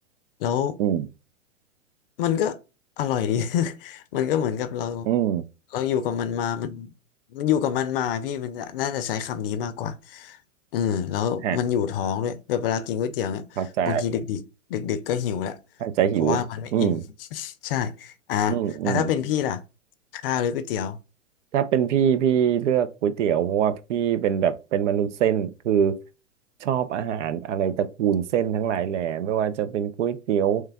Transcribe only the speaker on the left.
แล้ว
มันก็อร่อยดี <laughs> มันก็เหมือนกับเรา
เราอยู่กับมันมามันมันอยู่กับมันมาพี่มันจะน่าจะใช้คำนี้มากกว่าเออแล้วมันอยู่ท้องด้วยแบบเวลากินก๋วยเตี๋ยวเนี่ยบางทีดึกดึกดึกดึกๆก็หิวแหละ
เพราะว่ามันไม่อิ่ม <laughs> ใช่อ่าแล้วถ้าเป็นพี่ล่ะ
ข้าวหรือก๋วยเตี๋ยว